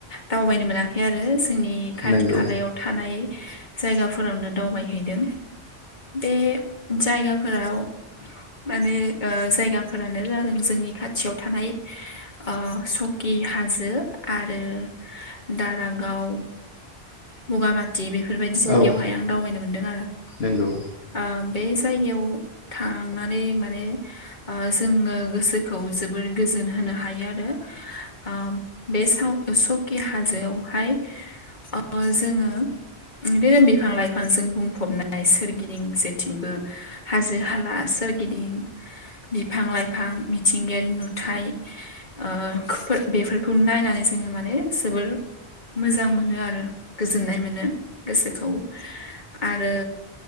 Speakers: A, on the left; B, on the left.
A: दावबायनो मोनाखै आरो जोंनि खाथि
B: नंगौ
A: खालायाव थानाय जायगाफोरावनो दावबायहैदों बे जायगाफोराव माने जायगाफोरानो जादों जोंनि खाथियाव थानाय ओ सकि हाजो आरो दारागाव बगामाटि बेफोरबायदि जायगायावहाय
B: औ
A: आं दावबायनो मोनदों आरो
B: नंगौ
A: ओ बे जायगायाव थांनानै माने ओ जोङो गोसोखौ जोबोर गोजोन होनो हायो आरो ओ बे साव सकि हाजोआवहाय ओ जोङो बे दिनो बिफां लाइफांजों बुंफबनाय सोरगिदिं जेथिंबो हाजो हाला सोरगिदिं बिफां लाइफां मिथिंगायारि नुथाय ओ <unintelligible> बेफोरखौ नायनानै जोङो माने जोबोर मोजां मोनो आरो गोजोननाय मोनो गोसोखौ आरो